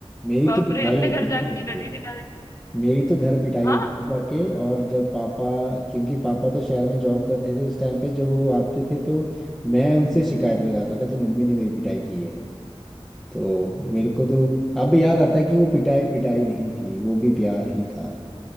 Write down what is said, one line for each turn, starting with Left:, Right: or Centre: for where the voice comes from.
Centre: मेरी
Left: बाप
Centre: तो पिटाई
Left: रे अपने
Centre: होती
Left: घर
Centre: थी
Left: जाके
Centre: घर
Left: डटी
Centre: पे
Left: थी डायरेक्ट
Centre: मेरी तो घर पिटाई
Left: हाँ
Centre: होती थी जाके और जब पापा क्योंकि पापा तो शहर में जॉब करते थे उस टाइम पे जब वो आते थे तो मैं उनसे शिकायत लगाता था कि मम्मी ने मेरी पिटाई की है तो मेरे को तो अब याद आता है कि वो पिटाई पिटाई नहीं थी वो भी प्यार ही था